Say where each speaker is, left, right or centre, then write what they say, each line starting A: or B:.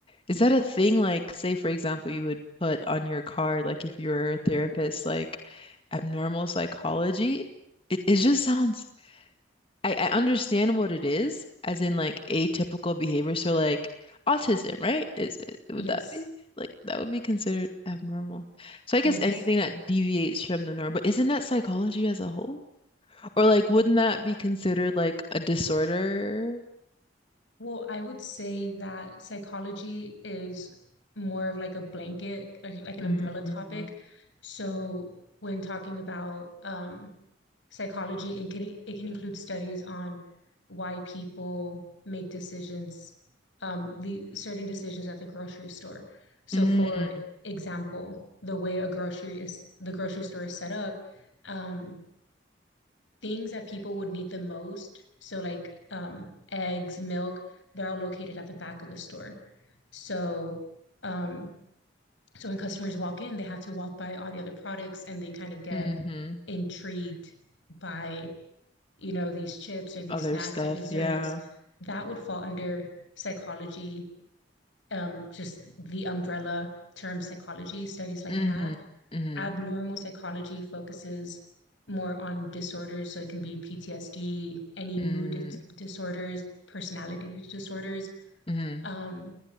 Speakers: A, on the left; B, on the left.
A: is that a thing? Like, say for example, you would put on your card, like if you're a therapist, like abnormal psychology. It it just sounds. I, I understand what it is, as in like atypical behavior. So like autism, right? Is it would
B: Yes,
A: that be like that would be considered abnormal? So I
B: yes.
A: guess anything that deviates from the norm, but isn't that psychology as a whole? Or like wouldn't that be considered like a disorder?
B: Well, I would say that psychology is more of like a blanket, like, like an
A: Mm-hmm.
B: umbrella topic. So when talking about um, psychology, it can it can include studies on why people make decisions, um, the certain decisions at the grocery store. So
A: Mm-hmm.
B: for example, the way a grocery is the grocery store is set up. Um, things that people would need the most. So like um, eggs, milk, they're all located at the back of the store. So um, so when customers walk in, they have to walk by all the other products and they kind of get
A: Mm-hmm.
B: intrigued by, you know, these chips or these
A: Other
B: snacks
A: stuff,
B: or desserts.
A: yeah.
B: That would fall under psychology, um, just the umbrella term psychology, studies like
A: Mm-hmm.
B: that
A: Mm-hmm.
B: abnormal psychology focuses more on disorders. So it can be PTSD, any mood
A: Mm-hmm.
B: dis- disorders, personality disorders.
A: Mm-hmm.
B: Um,